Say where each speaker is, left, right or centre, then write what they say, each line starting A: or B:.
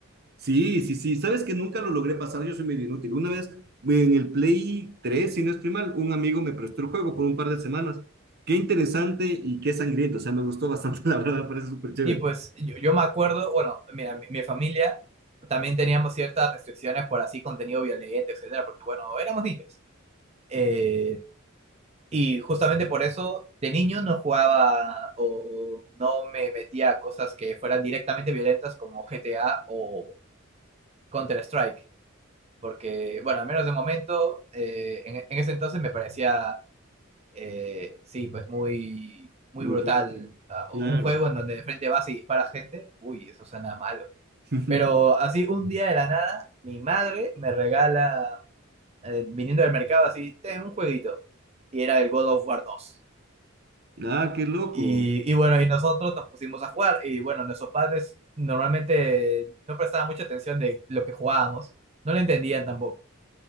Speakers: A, on the right (about 50°); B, on the right (about 30°).
A: Sí, sí, sí. Sabes que nunca lo logré pasar, yo soy medio inútil. Una vez en el Play 3, si no estoy mal, un amigo me prestó el juego por un par de semanas. Qué interesante y qué sangriento. O sea, me gustó bastante, <laughs> la verdad, me parece súper chévere.
B: Sí, pues yo, yo me acuerdo, bueno, mira, mi, mi familia también teníamos ciertas restricciones por así contenido violento, etcétera, porque bueno, éramos niños. Eh, y justamente por eso de niño no jugaba o no me metía a cosas que fueran directamente violentas como GTA o Counter-Strike, porque bueno, al menos de momento, eh, en, en ese entonces me parecía, eh, sí, pues muy, muy
A: Muy
B: brutal.
A: fuerte.
B: ah,
A: Claro.
B: Un juego en donde de frente vas y disparas gente, uy, eso suena mal.
A: <laughs>
B: Pero así un día de la nada, mi madre me regala, eh, viniendo del mercado, así, ten un jueguito. Y era el God of War 2.
A: Ah, qué loco.
B: Y, y bueno, y nosotros nos pusimos a jugar. Y bueno, nuestros padres normalmente no prestaban mucha atención de lo que jugábamos. No lo entendían tampoco.